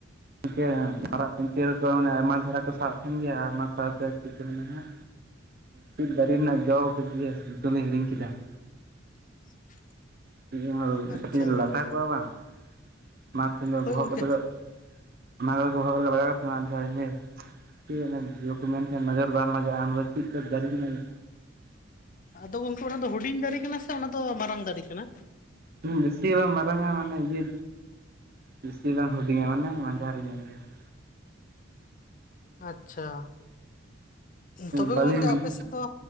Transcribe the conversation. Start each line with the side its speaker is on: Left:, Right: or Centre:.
Right: ᱤᱱᱠᱮ ᱢᱟᱨᱟᱜ ᱯᱤᱧᱪᱟᱹᱨ ᱫᱚ ᱟᱭᱢᱟ ᱫᱷᱟᱨᱟ ᱠᱚ ᱥᱟᱵ ᱛᱟᱦᱮᱱ ᱜᱮᱭᱟ ᱟᱭᱢᱟ ᱥᱟᱶᱛᱮ ᱪᱮᱫ ᱠᱚ ᱢᱮᱱᱟ ᱦᱜ ᱪᱮᱫ ᱫᱟᱨᱮ ᱨᱮᱱᱟᱜ ᱡᱚ ᱠᱚ ᱤᱭᱟᱹ ᱧᱩᱛᱩᱢᱤᱧ ᱦᱤᱲᱤᱧ ᱠᱮᱫᱟ ᱾
Left: <unintelligible>
Right: <unintelligible>
Left: ᱟᱪᱪᱷᱟ
Right: ᱠᱟᱹᱴᱤᱡ
Left: ᱜᱚᱝᱠᱮ
Right: ᱞᱟᱴᱟ ᱠᱚᱜᱼᱟ ᱵᱟᱝ ᱢᱟ ᱛᱷ ᱫᱚ
Left: ᱦᱳᱭ
Right: ᱵᱚᱦᱚᱜ
Left: ᱜᱚᱝᱠᱮ
Right: ᱠᱟᱛᱮ ᱫᱚ ᱢᱟᱜᱮ <unintelligible> ᱪᱮ ᱥᱱᱟ ᱡᱚ ᱠᱚ ᱢᱮᱱ ᱛᱟᱦᱮᱱ ᱱᱚᱡᱟᱨ ᱵᱟᱝ ᱞᱟᱜᱟᱜᱼᱟ, ᱚᱱᱟᱫᱚ ᱪᱮᱫ ᱞᱮᱠᱟ ᱫᱟᱨᱮ ᱨᱮᱭᱟᱜ ᱱᱩᱼᱼ
Left: ᱟᱫᱚ ᱜᱚᱢᱠᱮ ᱚᱱᱟ ᱫᱚ ᱦᱩᱰᱤᱧ ᱫᱟᱨᱮ ᱠᱟᱱᱟ, ᱥᱮ ᱚᱱᱟ ᱫᱚ ᱢᱟᱨᱟᱝ ᱫᱟᱨᱮ ᱠᱟᱱᱟ?
Right: ᱵᱮᱥᱤ ᱵᱟᱝ ᱢᱟᱨᱟᱝᱟ ᱢᱟᱱᱮ ᱤᱭᱟᱹ, ᱵᱮᱥᱤ ᱵᱟᱝ ᱦᱩᱰᱤᱧᱟ, ᱢᱟᱱᱮ ᱢᱟᱡᱷᱟᱨᱤ ᱧᱚᱜ ᱜᱮᱭᱟ ᱾
Left: ᱟᱪᱪᱷᱟ, ᱛᱚᱵᱮ
Right: ᱵᱟᱹᱞᱤᱧ
Left: ᱜᱚᱝᱠᱮ ᱟᱯᱮ ᱥᱮᱫ ᱫᱚ